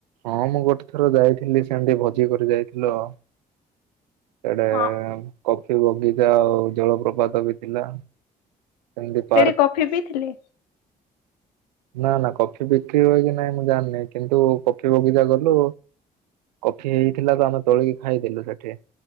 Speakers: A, on the right; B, on the left.
A: ହଁ ମୁଁ ଗୋଟେ ଥର ଯାଇଥିଲି ସେମତି ଭୋଜି କରି ଯାଇଥିଲୁ ଆଉ। ସେଟା
B: ହଁ।
A: କଫି ବଗିଚା ଆଉ ଜଳପ୍ରପାତ ବି ଥିଲା। ସେମିତି ପାର୍କ।
B: ସେଇଠି କଫି ପିଇ ଥିଲେ?
A: ନା ନା କଫି ବିକ୍ରି ହୁଏ କି ନାଇଁ ମୁଁ ଜାଣିନି କିନ୍ତୁ କ ଫି ବଗିଚା ଗଲୁ କଫି ହେଇଥିଲା ତ ଆମେ ତୋଳିକି ଖାଇଦେଲୁ ସେଠି।